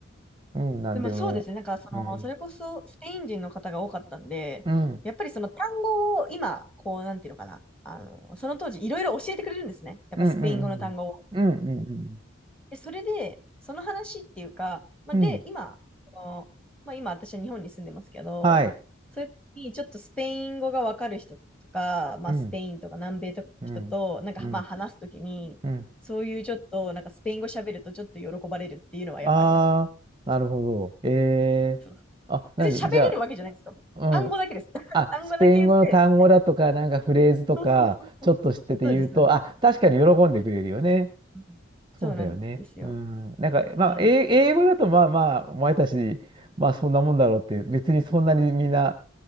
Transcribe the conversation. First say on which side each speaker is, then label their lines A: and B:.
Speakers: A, on the right; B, in the centre.
A: うん、なんでも、
B: でもそうですね、なんかその、
A: うん、
B: それこそスペイン人の方が多かったんで、
A: うん、
B: やっぱりその単語を今、こう、なんていうのかな、あの、その当時いろいろ教えてくれるんですね。やっぱスペイン語の単語を。
A: うん、うん、うん、うん、うん、
B: で、それで、その話っていうか、まあ、
A: うん、
B: で、
A: うん
B: 今、あのまあ、今私は日本に住んでますけど、
A: はい、
B: そういう時にちょっとスペイン語がわかる人とか、まあ、
A: うん、
B: スペインとか南米とかの人と、
A: うん、
B: なんかまあ話すときに、
A: うん、うん。
B: そういうちょっと、なんかスペイン語喋るとちょっと喜ばれるっていうのはやっぱありますね。
A: あー、なるほど。えー、
B: そう
A: あ、なに、
B: 別に喋れるわけじゃないですよ。
A: じゃあ、
B: 単語だけです。
A: うん。
B: <laughs>
A: あ、
B: 単語だけ言って、
A: スペイン語の単語だとか、なんかフレーズとか、
B: そうそうそうそう。
A: ちょっと知ってて言うと、
B: そうです、そうです。
A: あ、確かに喜んでくれるよね。
B: うんそうなんですよ。
A: そうだよね。うん。なんか、まあ、
B: うん。
A: 英英語だと、まあまあ、お前たち、まあそんなもんだろうって、別にそんなにみんな、